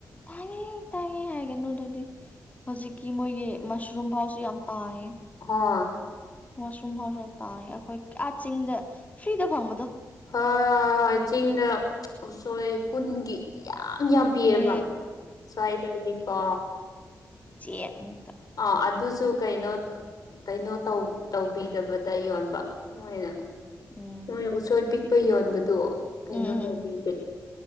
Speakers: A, on the left; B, on the left.
A: ꯇꯥꯡꯉꯦ ꯇꯥꯡꯉꯤ ꯍꯥꯏꯒꯅꯨ ꯑꯗꯨꯗꯤ ꯍꯧꯖꯤꯛ ꯒꯤ ꯃꯣꯏꯒꯤ ꯃꯁꯔꯨꯝ ꯐꯥꯎꯁꯨ ꯌꯥꯝ ꯇꯥꯡꯉꯦ
B: ꯍꯣ
A: ꯃꯁꯔꯨꯝ ꯇꯥꯡꯉꯦ ꯑꯩꯈꯣꯏ ꯑꯥꯗ ꯆꯤꯡꯗ ꯐ꯭ꯔꯤꯗ ꯐꯪꯕꯗꯣ
B: ꯍꯣꯏ ꯍꯣꯏ ꯍꯣꯏ ꯆꯤꯡꯗ ꯎꯁꯣꯏ ꯀꯨꯟꯒꯤ ꯌꯥꯝ ꯌꯥꯝ
A: ꯑꯗꯨꯅꯦ
B: ꯄꯤꯌꯦꯕ ꯁꯋꯥꯏꯗꯗꯤꯀꯣ
A: ꯆꯦꯅꯤꯗ
B: ꯑ ꯑꯗꯨꯁꯨ ꯀꯩꯅꯩꯅꯣ ꯀꯩꯅꯣ ꯇꯧꯕꯤꯗꯕꯗ ꯌꯣꯟꯕ ꯃꯣꯏꯅ
A: ꯎꯝ
B: ꯍꯣꯏ ꯎꯁꯣꯏ ꯄꯤꯛꯄ ꯌꯣꯟꯕꯗꯨ ꯀꯩꯅꯣ
A: ꯎꯝ ꯎꯝ
B: ꯇꯧꯕꯤ
A: ꯎꯝ